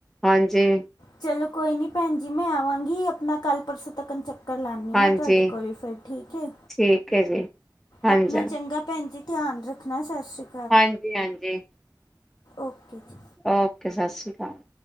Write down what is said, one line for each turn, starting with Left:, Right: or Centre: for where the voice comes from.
Centre: ਹਾਂਜੀ।
Left: ਚਲੋ ਕੋਈ ਨਹੀਂ ਭੈਣ ਜੀ, ਮੈਂ ਆਵਾਂਗੀ ਆਪਣਾ ਕੱਲ੍ਹ ਪਰਸੋਂ ਤੱਕ ਚੱਕ ਕਲ ਆਨੀ
Centre: ਹਾਂਜੀ
Left: ਹਾਂ ਤੁਹਾਡੇ ਕੋਲ ਫਿਰ ਠੀਕ ਏ,
Centre: ਠੀਕ ਹੈ ਜੀ ਹਾਂਜੀ
Left: ਆਪਣਾ ਚੰਗਾ ਭੈਣ ਜੀ। ਧਿਆਨ ਰੱਖਣਾ ਸਤਿ ਸ਼੍ਰੀ ਅਕਾਲ।
Centre: ਹਾਂਜੀ, ਹਾਂਜੀ।
Left: ਓਕੇ ਜੀ।
Centre: ਓਕੇ ਸਤਿ ਸ਼੍ਰੀ ਅਕਾਲ।